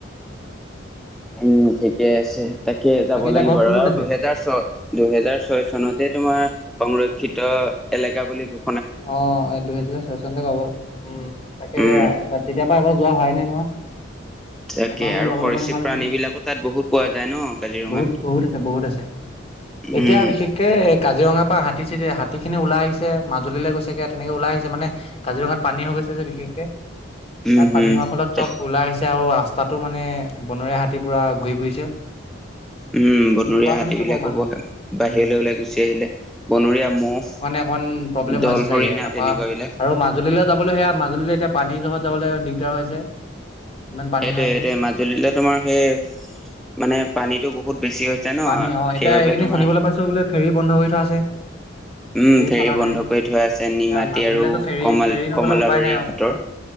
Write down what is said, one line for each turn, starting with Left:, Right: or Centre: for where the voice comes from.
Centre: উম-উম ঠিকেই আছে। তাকে যাব
Left: বাকী এতিয়া
Centre: লাগিব
Left: ঘৰত
Centre: আৰু-আৰু
Left: কোন কোন আছে?
Centre: দুহেজাৰ ছয়- দুহেজাৰ ছয় চনতে তোমাৰ সংৰক্ষ ক্ষিত এলেকা বুলি ক'ওঁ।
Left: অ' দুহেজাৰ ছয় চনতে কব উম তাকে
Centre: উম
Left: তেতিয় পৰাা এব যোৱা হয় নে নহয়?
Centre: তাকে
Left: এবাৰ হলেও
Centre: আৰু
Left: যাবলৈ
Centre: সৰচীপ
Left: কাৰণে ভাল
Centre: প্ৰাণী
Left: আছিলে
Centre: বিলাকো তাত বহুত পোৱা যায় ন কাজিৰঙাত।
Left: বহুত বহুত আছে বহুত আছে এতিয়া
Centre: উম
Left: বিশেষকে এ কাজিৰঙাৰ পৰা হাতী চিতি হাতী খিনি ওলাই আহিছে মাজুলীলৈ গৈছেগে তেনেকে ওলাই আহিছে মানে কাজিৰঙাত পানী হৈ গৈছে যে বিশেষকে
Centre: উম
Left: তাত
Centre: হম
Left: পানী হোৱাৰ ফলত
Centre: তাক
Left: চব ওলাই আহিছে। তে আৰু ৰাস্তাটো মানে বনৰীয়া হাতী পুৰা ঘূৰি ফুৰিছে।
Centre: উম
Left: তেনেকে
Centre: বনৰীয়া
Left: কোৱা শুনিছো
Centre: হাতীবিলাকো
Left: বাৰু মানুহ
Centre: বহ বাহিৰলৈ
Left: উম।
Centre: ওলাই গুচি আহিলে বনৰীয়া মহ
Left: অন প্ৰব্লেম
Centre: দল
Left: হৈছে চাগে
Centre: হৰিণা
Left: তাৰপা
Centre: তেনেকুৱা বিলাক
Left: আৰু মাজুলীলৈ যাবলৈ সেয়া গ এতিয়া পানীৰ জহত যাবলৈ দিগদাৰ হৈছে ইমান পানী
Centre: সেইটোয়ে-সেইটোয়ে
Left: হৈ আছে
Centre: মাজুলীলে তোমাৰ সেই মানে পানীটো বহুত বেছি হৈছে ন'
Left: পানী অ' এতিয়া
Centre: সেইবাবে
Left: এইখিনি
Centre: তোমাৰ
Left: শুনিবলৈ পাইছো বোলে ফেৰী বন্ধ কৰি থোৱা আছে
Centre: উম ফেৰী
Left: চলা
Centre: বন্ধ
Left: নাই
Centre: কৰি থোৱা আছে
Left: এতিয়া
Centre: নিমাতী
Left: মাজুলীলৈতো
Centre: আৰু
Left: ফেৰী
Centre: কম
Left: ফেৰী নগলে
Centre: কমলাবাৰী
Left: উপায় নাই আৰু
Centre: ঘাটৰ